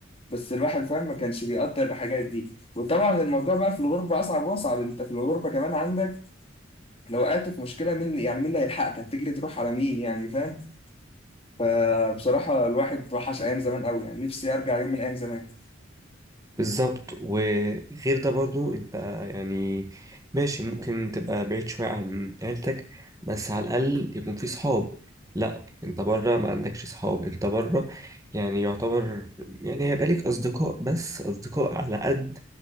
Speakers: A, on the left; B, on the right.
A: بس الواحد فاهم ما كانش بيقدر الحاجات دي وطبعا الموضوع بقى في الغربة أصعب وأصعب أنت في الغربة كمان عندك لو وقعت في مشكلة مين يعني مين اللي هيلحقك هتجري تروح على مين يعني فاهم فبصراحة الواحد وحش أيام زمان قوي يعني نفسي أرجع يوم من أيام زمان
B: بالظبط وغير ده برضو انت يعني ماشي ممكن تبقى بعيد شوية عن عيلتك بس على الأقل يكون في صحاب لا انت بره ما عندكش صحاب انت بره يعني يعتبر يعني هيبقى ليك أصدقاء بس أصدقاء على قد